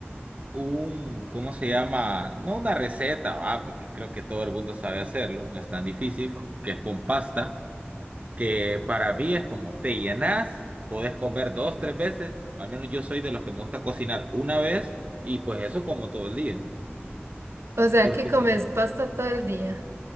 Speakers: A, on the right; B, on the right.
A: un, ¿cómo se llama? No una receta, va, porque creo que todo el mundo sabe hacerlo, no es tan difícil, que es con pasta, que para mí es como te llenas, podés comer dos, tres veces, al menos yo soy de los que me gusta cocinar una vez y pues eso como todo el día,
B: O sea,
A: porque
B: que comes pasta todo el día.